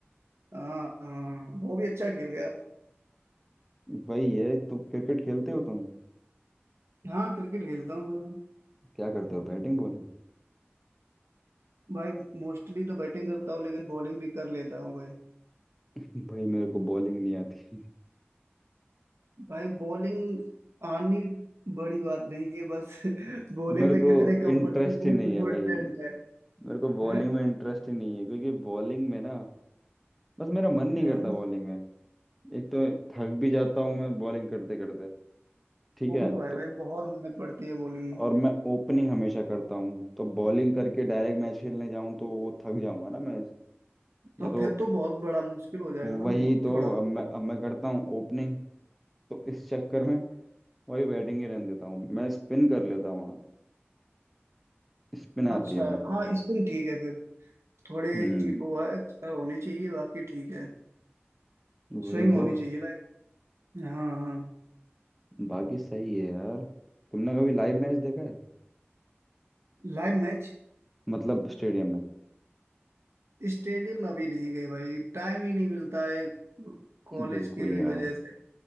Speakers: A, on the right; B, in the centre.
A: हाँ हाँ, वो भी अच्छा खेल गया
B: वही है तुम क्रिकेट खेलते हो तुम
A: हाँ क्रिकेट खेलता हूँ भाई मैं
B: क्या करते हो बैटिंग बॉलिंग
A: भाई मोस्टली तो बैटिंग करता हूँ लेकिन बॉलिंग भी कर लेता हूँ भाई
B: भाई मेरे को बॉलिंग नहीं आती
A: भाई बॉलिंग आनी बड़ी बात नहीं है बस <laughs> बॉलिंग
B: मेरे
A: में
B: को
A: कितने कम
B: इंटरेस्ट
A: पड़ती है वो
B: ही नहीं
A: इम्पोर्टेंट
B: है भाई
A: है
B: मेरे को बॉलिंग
A: हैं
B: में इंटरेस्ट ही नहीं है क्योंकि बॉलिंग में ना बस मेरा मन नहीं
A: हैं
B: करता बॉलिंग में एक तो थक भी जाता हूँ मैं बॉलिंग करते करते ठीक
A: वो
B: है
A: तो
B: तो
A: है भाई बहुत मेहनत पड़ती है बॉलिंग में
B: और मैं ओपनिंग हमेशा करता हूँ तो बॉलिंग करके डायरेक्ट मैच खेलने जाऊँ तो वो थक जाऊंगा ना मैं या
A: तो
B: तो
A: फिर तो बहुत बड़ा मुश्किल हो जाएगा ना
B: वही
A: भाई
B: तो
A: थोड़ा
B: अब मैं अब मैं करता हूँ ओपनिंग तो इस चक्कर में वही बैटिंग ही रहने देता हूँ मैं स्पिन कर लेता हूँ हाँ, स्पिन आती
A: अच्छा
B: है मेरे
A: है,
B: को
A: हाँ स्पिन ठीक है फिर थोड़े
B: हम्म
A: ये वो है कटर होनी चाहिए बाकी ठीक है
B: वही
A: स्विंग होनी
B: तो
A: चाहिए लाइक हाँ हाँ
B: बाकी सही है यार तुमने कभी लाइव मैच देखा है
A: Live match
B: मतलब स्टेडियम में
A: स्टेडियम अभी नहीं गए भाई टाइम ही नहीं मिलता है कॉलेज
B: बिल्कुल
A: की
B: यार
A: वजह से